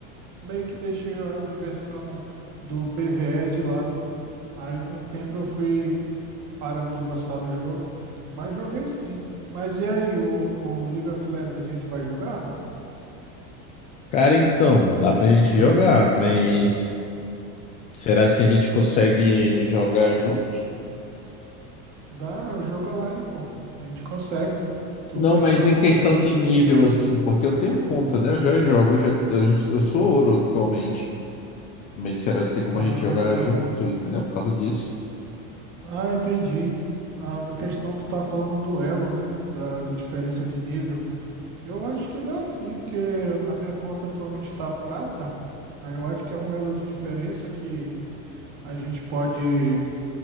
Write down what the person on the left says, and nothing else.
Cara, então, dá pra gente jogar, mas será se a gente consegue jogar junto?
Não,
mas
em
questão
de nível, assim, porque eu tenho conta, né? Eu já jogo, eu, já, eu, eu sou ouro atualmente. Mas será se tem como
a gente jogar junto, entendeu? Por causa disso.